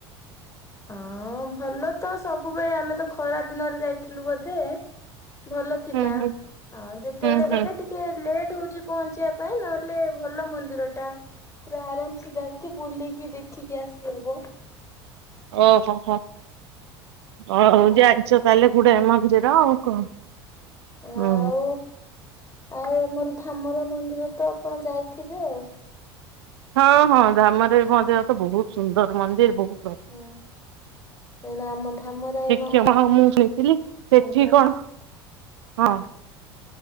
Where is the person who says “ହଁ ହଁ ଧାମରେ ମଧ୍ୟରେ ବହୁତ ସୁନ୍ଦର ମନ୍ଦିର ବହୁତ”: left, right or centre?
Right